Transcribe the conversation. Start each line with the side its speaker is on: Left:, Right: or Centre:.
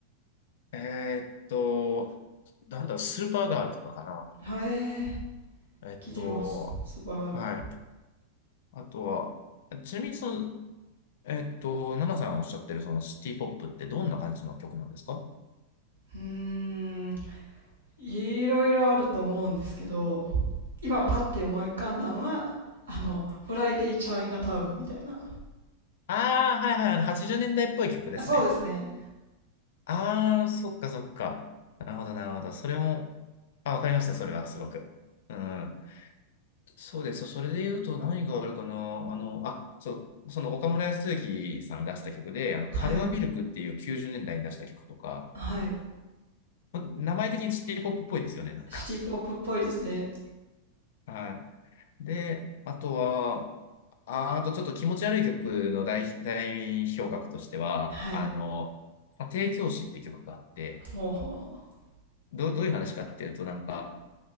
Left: えーっと、なんだろう、スーパーガールとかかな。
Right: はい、
Left: えっと、
Right: 聞いてます。スーパーガール。
Left: はい。あとは、ちなみにその、えっと、ナナさんおっしゃってるそのシティポップってどんな感じの曲なんですか
Right: うーん、いろいろあると思うんですけど、今パッて思い浮かんだのは、
Left: はい。
Right: あの、フライデーチャイナタウンみたいな。
Left: ああ、はいはい、あの、80年代っぽい曲ですね。
Right: あそうですね。
Left: ああ、そっかそっか。なるほど、なるほど。それも、あ、わかりました、それはすごく。うん。そうです。それで言うと何があるかな。あの、あ、そう、その岡村康之さんが出した曲で、あの、カルアミルクっていう90年代に出した曲とか、
Right: はい。はい。
Left: ま名前的にシティポップっぽいですよね、なんか。
Right: シティポップっぽいですね。
Left: はい。で、あとは、あ、あとちょっと気持ち悪い曲の代、代表格としては、
Right: はい。
Left: あの、家庭教師って曲があって、
Right: ほうほうほう。
Left: どう、どういう話かっていうと、なんか、
Right: あ